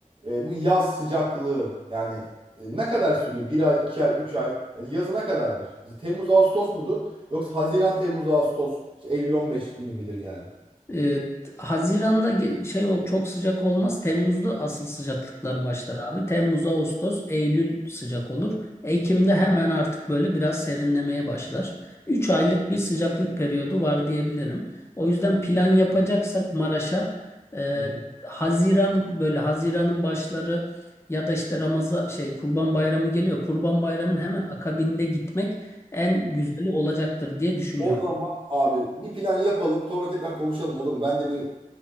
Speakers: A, on the right; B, on the left.
A: e, bu yaz sıcaklığı yani e, ne kadar sürüyor? Bir ay, iki ay, üç ay. Yani yazı ne kadardır? Mesela Temmuz, Ağustos mudur? Yoksa Haziran, Temmuz, Ağustos, işte Eylül 15 gibi midir yani?
B: Ee, Haziran'da şey ol, çok sıcak olmaz. Temmuz'da asıl sıcaklıklar başlar abi. Temmuz, Ağustos, Eylül sıcak olur. Ekim'de hemen artık böyle biraz serinlemeye başlar. 3 aylık bir sıcaklık periyodu var diyebilirim. O yüzden plan yapacaksak Maraş'a e,
A: Hı hı.
B: Haziran böyle Haziran'ın başları ya da işte Ramazan şey Kurban Bayramı geliyor. Kurban Bayramı'nın hemen akabinde gitmek en güzeli olacaktır diye düşünüyorum.
A: O zaman abi bir plan yapalım. Sonra tekrar konuşalım olur mu? Ben de bir